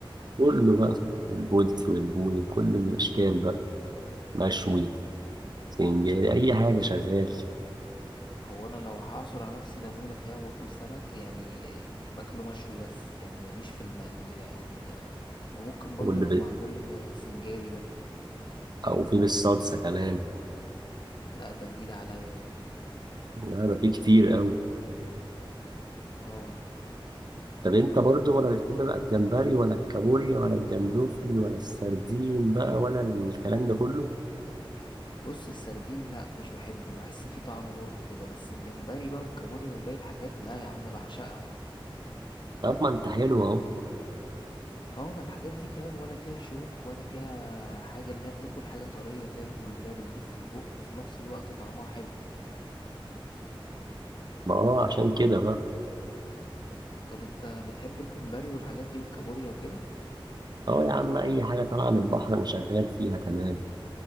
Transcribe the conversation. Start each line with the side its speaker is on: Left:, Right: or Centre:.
Right: كله بقى البولتي والبوني كل الأشكال بقى مشوي
Left: يا
Right: سنجاري أي حاجة شغال
Left: هو انا لو هعصر على نفسي ليمونة فاهم واكل سمك يعني باكله مشوي بس يعني ماليش في المقلي بقى او ال... او ممكن برضو
Right: واللي
Left: لو
Right: ب...
Left: معمول سنجاري ده
Right: أو في بالصلصة كمان
Left: لا ده جديد عليا ده
Right: لا ده في كتير قوي
Left: اه
Right: طب أنت برضو ولا بتحب بقى الجمبري ولا الكابوريا ولا الجندوفلي ولا السردين بقى ولا الكلام ده كله
Left: بص السردين لا مش بحبه بحس فيه طعم مر كده بس الجمبري بقى والكابوريا وباقي الحاجات لا يا عم بعشقها
Right: طب ما أنت حلو أهو
Left: اه ما الحاجات دي فاهم ولا فيها شوك ولا فيها حاجة اللي هي بتاكل حاجة طرية فاهم واللي هي بتدوب في البق وفي نفس الوقت طعمها حلو
Right: ما أه عشان كده بقى
Left: طب انت بتحب الجمبري والحاجات دي والكابوريا وكده
Right: أه يا عم أي حاجة طالعة من البحر أنا شغال فيها تمام